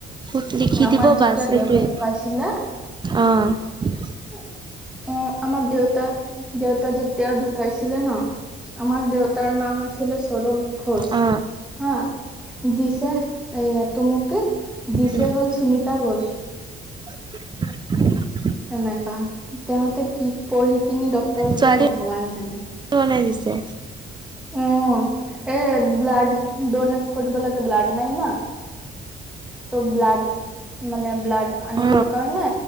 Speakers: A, on the right; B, in the centre.
A: ভৰ লিখি
B: আমাৰ
A: দিব
B: যেতিয়া
A: বাছ
B: দেউতা
A: এইটোৱে,
B: ঢুকাইছিলে
A: অ'।
B: অ, আমাৰ দেউতা, দেউতা যেতিয়া ঢুকাইছিলে ন। আমাৰ দেউতাৰ নাম আছিলে সৌৰভ ঘোষ
A: অ
B: হা। দিছে এই তুমুকিত দিছে
A: উম
B: হ'ল সুনিতা ঘোষ
A: <unintelligible>
B: এনেকা তেহঁতে কি পঢ়ি কিনি ডক্টৰ হৈছে,
A: ছোৱালী
B: ভগৱান জানে।
A: বনাই দিছে
B: উম, এ, ব্লাড ডনেট কৰিব লাগে। ব্লাড নাই না। তো ব্লাড মানে ব্লাড আনিবৰ
A: অ
B: কাৰণে